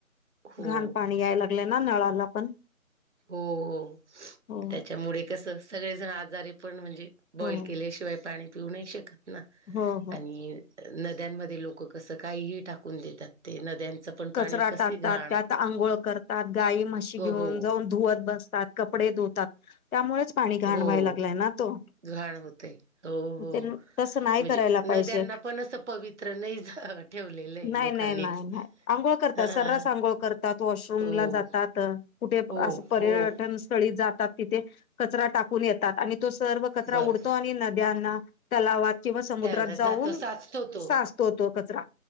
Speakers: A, on the right; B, on the left.
A: हो
B: घाण पाणी यायला लागलंय ना, नळाला पण.
A: हो. हो.
B: हो
A: त्यांच्यामुळे कस सगळेजण आजारी पण म्हणजे, बॉईल
B: हो
A: केल्याशिवाय पाणी पिऊ नाही शकतना.
B: हो हो
A: आणि, नद्यांमध्ये लोक कसं, काहीही टाकून देतात. ते नद्यांच पण,
B: कचरा
A: पाणी कशी
B: टाकतात,
A: घाण
B: त्यात आंघोळ करतात, गाई म्हशी
A: हो
B: घेऊन जाऊन धुवत बसतात. कपडे धुतात. त्यामुळेच पाणी घाण
A: हो
B: व्हायला लागलाय ना तो.
A: घाण होते. हो.. हो..
B: ते तसं नाही
A: म्हणजे
B: करायला
A: नद्यांना
B: पाहिजे
A: पण असं पवित्र नाही झ ठेवलेलं आहे
B: नाही
A: लोकांनीच.
B: नाही नाही नाही आंघोळ करतात.
A: हा
B: सर्रास आंघोळ करतात वॉशरूम
A: हो
B: ला जातात. कुठे
A: हो
B: अस पर्यटन
A: हो
B: स्थळी जातात. तिथे कचरा टाकून येतात आणि तो सर्व, कचरा
A: बर
B: उडतो आणि नद्यांना. तलावात किंवा समुद्रात
A: त्याला
B: जाऊन,
A: जातो साचतो तो
B: साचतो तो कचरा.